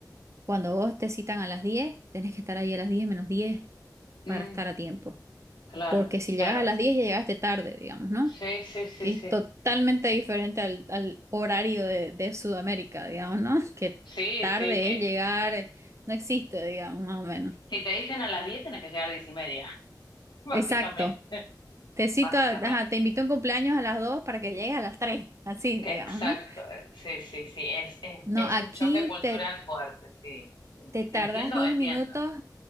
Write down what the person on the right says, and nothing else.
cuando vos te citan a las diez tenés que estar ahí a las 10 menos 10
para estar a tiempo.
Porque si
llegas a las 10 ya llegaste tarde, digamos, ¿no?
que
es totalmente diferente al, al horario de, de Sudamérica, digamos, ¿no? <laughs> Que
tarde
es llegar, no existe, digamos, más o menos.
Exacto. Te cito,
a- ajá, te invito a un cumpleaños a las 2 para que llegues a las 3, así,
digamos, ¿no?
No,
aquí
te,
te tardas
10
minutos